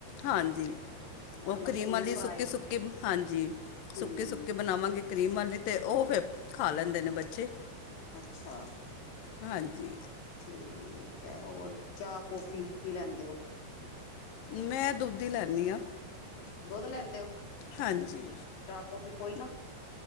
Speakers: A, on the left; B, on the left.
A: ਹਾਂਜੀ। ਉਹ ਕਰੀਮ
B: ਮਸ਼ਰੂਮ
A: ਆਲੀ
B: ਫਰਾਈ
A: ਸੁੱਕੀ-ਸੁੱਕੀ, ਹਾਂਜੀ
B: ਹਮ
A: ਸੁੱਕੀ-ਸੁੱਕੀ ਬਣਾਵਾਂਗੀ ਕਰੀਮ ਵਾਲੀ ਤੇ ਉਹ ਫੇਰ ਖਾ ਲੈਂਦੇ ਨੇ ਬੱਚੇ।
B: ਅੱਛਾ
A: ਹਾਂਜੀ
B: ਠੀਕ ਹੈ ਹੋਰ ਚਾਹ ਕੌਫੀ ਕੀ ਲੈਂਦੇ ਹੋ।
A: ਮੈਂ ਦੁੱਧ ਹੀ ਲੈਣੀ ਆਂ।
B: ਦੁੱਧ ਲੈਂਦੇ ਹੋ?
A: ਹਾਂਜੀ।
B: ਚਾਹ-ਕੌਫੀ ਕੋਈ ਨਾ।